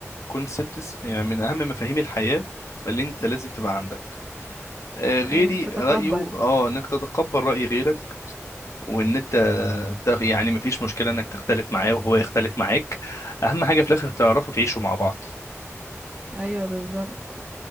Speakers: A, on the left; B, on the right.
A: كونسبتس يعني من أهم مفاهيم الحياة اللي انت لازم تبقى عندك آه، غيري
B: ايوه تتقبل
A: رأيه اه انك تتقبل رأي غيرك وان انت ده يعني مفيش مشكلة انك تختلف معاه وهو يختلف معاك اهم حاجة في الاخر تعرفوا تعيشوا مع بعض
B: ايوه بالظبط